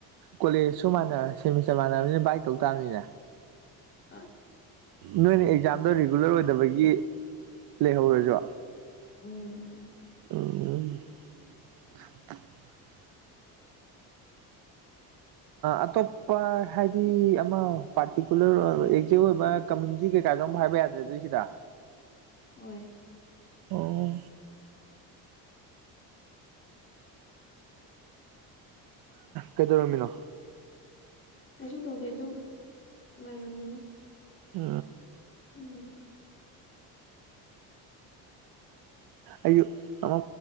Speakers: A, on the right; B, on the left.
A: ꯀꯣꯂꯦꯖꯁꯨ ꯃꯥꯟ ꯁꯦꯃꯤꯁꯇꯔ ꯃꯥꯟꯅꯕꯅꯤꯅ ꯕꯥꯏꯛ ꯀꯧ ꯇꯥꯕꯅꯤꯅ
B: ꯍꯥ
A: ꯅꯣꯏꯅ ꯑꯦꯛꯖꯥꯝꯗꯣ ꯔꯤꯒꯨꯂꯔ ꯑꯣꯏꯗꯕꯒꯤ ꯂꯩꯍꯧꯔꯁꯨ
B: ꯎꯝ
A: ꯑꯣ ꯑꯇꯣꯞꯄ ꯍꯥꯏꯗꯤ ꯑꯃ ꯄꯥꯔꯇꯤꯀꯨꯂꯔ ꯑꯦꯖꯦꯛ ꯑꯣꯏꯕ ꯀꯃꯟꯁꯤ ꯀꯩꯀꯥꯗꯨ ꯍꯥꯏꯕ ꯌꯥꯗ꯭ꯔꯦ ꯑꯗꯨꯣꯏ ꯁꯤꯗ
B: ꯍꯣꯏ
A: ꯑꯣ ꯀꯩꯗꯧꯔꯝꯃꯤꯅꯣ
B: ꯀꯩꯁꯨꯨꯝ ꯇꯧꯗꯦ ꯑꯗꯨꯝ ꯂꯩꯔꯝꯕꯅꯤ
A: ꯎ
B: ꯎꯝ
A: ꯑꯌꯨ ꯑꯃ